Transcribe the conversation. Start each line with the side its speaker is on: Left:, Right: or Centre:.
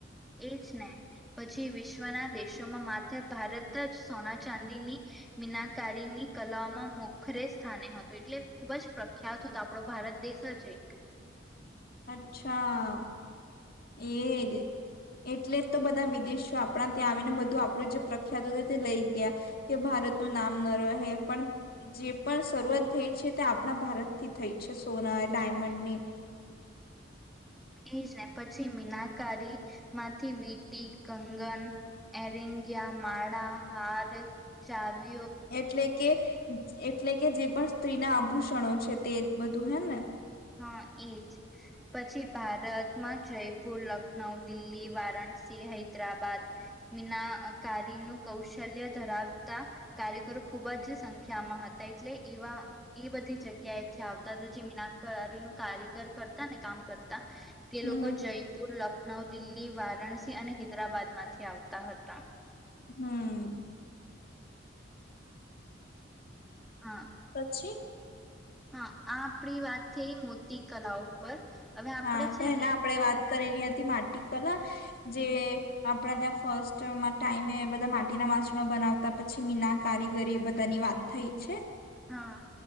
Centre: એ જ ને પછી વિશ્વના દેશોમાં માથે ભારત જ સોના ચાંદીની મીનાકારીની કલામાં મોખરે સ્થાને હતોું એટલે ખૂબ જ પ્રખ્યાત હતો આપણો ભારત દેશ જ એક
Left: અચ્છા એ ગ એટલે જ તો બધા વિદેશો આપણા ત્યાં આવીને બધું આપણું જે પ્રખ્યાત હતું તે લઈ ગયા કે ભારતનું નામ ન રહે પણ જે પણ શરૂઆત થઈ છે તે આપણા ભારતથી થઈ છે સોના ડાયમંડની
Centre: એજને પછી મીનાકારી માંથી વીટી કંગન એરિંગ્યા માળા હાર ચાવી
Left: એટલે કે એટલે કે જે પણ સ્ત્રી ના આભૂષણો છે તે બધું હે ને
Centre: હા એજ પછી ભારતમાં જયપુર લખનઉ દિલ્લી વારાણસી હૈદરાબાદ મીનાકારીનું કૌશલ્ય ધરાવતા કાર્યકરો ખુબ જ સંખ્યામાં હતા એટલે એવા એ બધી જગ્યાએથી આવતા હતા જે મી કારી નું કારીગર કરતા ને કામ કરતા તે
Left: હમ
Centre: લોકો જયપુર લક નવ દિલ્હી વારાણસી અને હૈદરાબાદ માંથી આવતા હતા
Left: હમ
Centre: હા
Left: પછી
Centre: હા આ આપડી વાત થઈ મોતી કલા ઉપર હવે આપડે
Left: હા
Centre: છે
Left: પેલા
Centre: ને
Left: આપડે વાત કરેલી હતી માટી કલા જે આપણા ત્યાં ફર્સ્ટ ટાઈમે બધા માટીના વાસણો બનાવતા પછી મીના કારીગરી એ બધાની વાત થઈ છે
Centre: હા